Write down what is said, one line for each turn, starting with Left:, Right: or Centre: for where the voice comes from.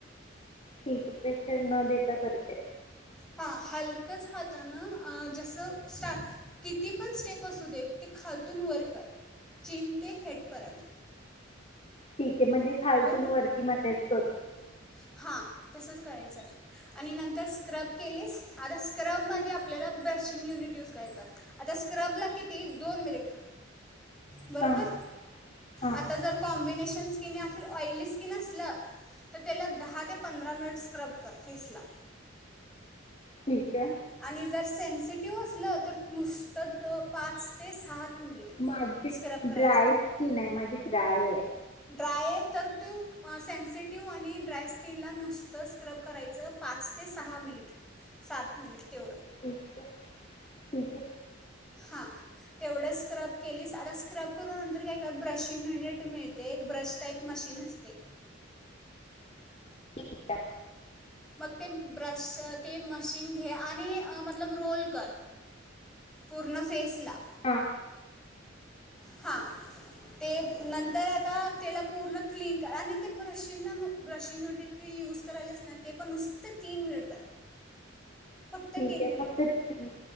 Left: ठीकय प्रेशर न देता करते.
Centre: हा हलकच हातानं आ जस स्टा किती पण स्टेप असू दे ते खालतून वर कर चीन ते हेडपर्यंत.
Left: ह म्हणजे खालतून
Centre: बरोबर
Left: वरती मसाज बरं
Centre: हां तसंच करायचं आणि नंतर स्क्रब केलीस आता स्क्रबमध्ये आपल्याला ब्रशिंग युनिट यूज करायच, आता स्क्रबला किती दोन मिनिट बरोबर
Left: हां हां
Centre: आता जर कॉम्बिनेशन कवींनी या फिर ऑईलि स्किन असल तर त्याला दहा ते पंधरा मिनिट स्क्रब कर फेस ला
Left: ठीके
Centre: आणि जर सेन्सिटिव्ह असलं तर नुसतं पाच ते सा मिनट
Left: माझी
Centre: स्क्रब करायच,
Left: ड्राय स्किन आहे माझी ड्राय आहे
Centre: ड्राय आहे तर तू सेन्सिटिव्ह आणि ड्राय स्किनला नुसतं स्क्रब करायचं पाच ते सहा मिनिट सात <inaudible> तेवढ
Left: ठीके ठीके
Centre: हां तेवढं स्क्रब केलीस आता स्क्रब करून नंतर काय कर ब्रशिंग युनीट मिळतय, एक ब्रश टाईप मशीन असतय.
Left: ठीक आहे.
Centre: मग ते ब्रश ते मशीन घे आणि मतलब रोल कर पूर्ण फेसला
Left: हा
Centre: हा ते नंतर आता त्याला पूर्ण क्लीन कर आणि ते ब्रशिनला ब्रशिंग युनीट ते यूज करायल्यास ना ते पण नुसतं तीन मिनिट कर. फक्त
Left: ठीके
Centre: टेन मिनिट
Left: फक्त <unintelligible>